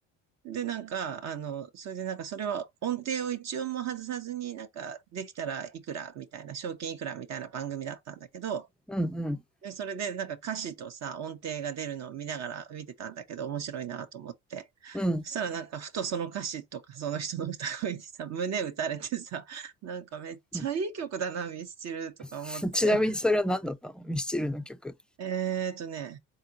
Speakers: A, on the right; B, in the centre.
A: で、なんか、あの、それでなんかそれは音程を一音も外さずになんかできたらいくらみたいな、賞金いくらみたいな番組だったんだけど、
B: うんうん、
A: で、それでなんか歌詞とさ、音程が出るのを見ながら見てたんだけど、面白いなと思って。
B: うん。
A: そしたらなんか、ふとその歌詞とか、その人の歌声にさ、胸打たれてさ、なんかめっちゃいい曲だな、
B: うん
A: ミスチルとか思って。
B: <laughs> ちなみにそれは何だったのミスチルの曲。
A: えーとね、